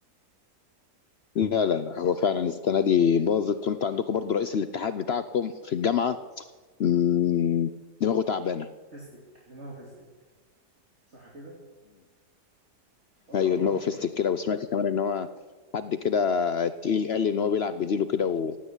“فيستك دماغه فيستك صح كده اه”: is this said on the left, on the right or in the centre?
Right